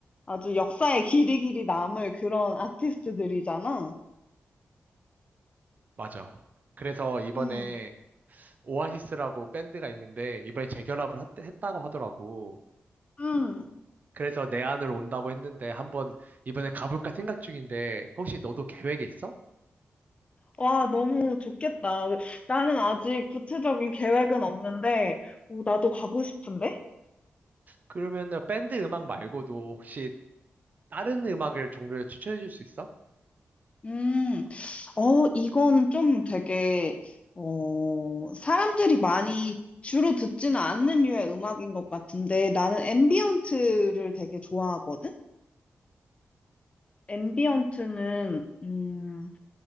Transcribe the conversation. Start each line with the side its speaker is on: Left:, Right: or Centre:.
Left: 아주 역사에 길이길이 남을 그런 아티스트들이잖아.
Right: 맞아. 그래서 이번에
Left: 음.
Right: 오아시스라고 밴드가 있는데 이번에 재결합을 했- 했다고 하더라고.
Left: 음.
Right: 그래서 내 안으로 온다고 했는데 한번 이번에 가볼까 생각 중인데 혹시 너도 계획이 있어?
Left: 와, 너무 좋겠다. 나는 아직 구체적인 계획은 없는데, 오, 나도 가고 싶은데?
Right: 그러면 밴드 음악 말고도 혹시 다른 음악을 종류를 추천해 줄 수 있어?
Left: 음, 어, 이건 좀 되게, 어, 사람들이 많이 주로 듣지는 않는 류의 음악인 것 같은데, 나는 앰비언트를 되게 좋아하거든? 앰비언트는, 음,